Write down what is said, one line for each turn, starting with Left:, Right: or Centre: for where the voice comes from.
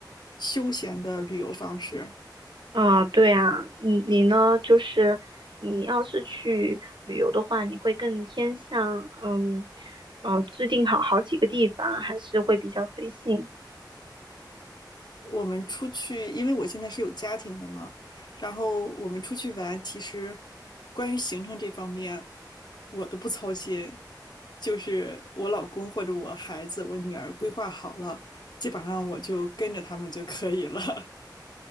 Left: 休闲的旅游方式。
Right: 啊，对啊，嗯，你呢？就是你要是去旅游的话，你会更偏向嗯，呃，制定好好几个地方，还是会比较随性
Left: 我们出去，因为我现在是有家庭的嘛，然后我们出去玩，其实关于行程这方面，我都不操心，就是我老公或者我孩子、我女儿规划好了，基本上我就跟着他们就可以了。<laughs>